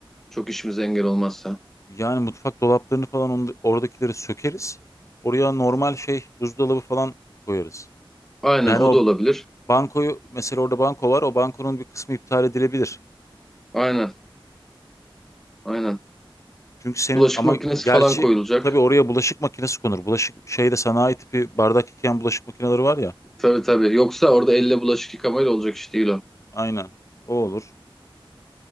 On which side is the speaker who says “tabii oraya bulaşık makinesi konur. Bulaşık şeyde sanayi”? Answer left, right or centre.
Left